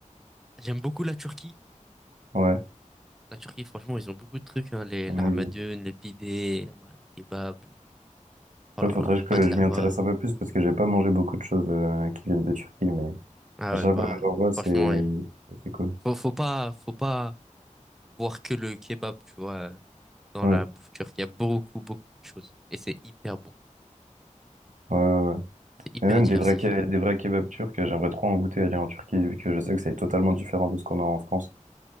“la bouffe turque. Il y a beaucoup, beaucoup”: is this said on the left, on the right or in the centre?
Centre